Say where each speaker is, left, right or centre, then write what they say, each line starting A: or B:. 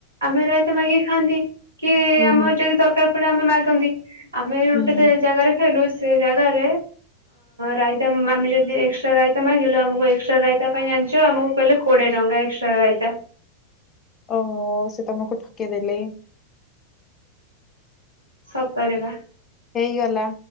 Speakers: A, on the right; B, on the left.
A: ଆମେରା ମାଗି ଖାଆନ୍ତି। କି
B: ହୁଁ
A: ଆମର ଯଦି ଦରକାର ଏପଟେ ଆମେ ମାଗନ୍ତି। ଆମେ ଗୋଟେ
B: ହୁଁ ହୁଁ।
A: ଜାଗାରେ ଖାଇଲୁ। ସେ ଜାଗାରେ ରାଇତା ଆମେ ଯଦି ଏକ୍ସଟ୍ରା ରାଇତା ମାଗିଲୁ ଆମକୁ ଏକ୍ସଟ୍ରା ରାଇତା ପାଇଁ ଆଣିଛ ଆମକୁ କହିଲେ କୋଡିଏ ଟଙ୍କା ଏକ୍ସଟ୍ରା ରାଇତା।
B: ଓହୋ ସେ ତମକୁ ଠକେଇଦେଲେ।
A: ସତରେ ବା।
B: ହେଇଗଲା।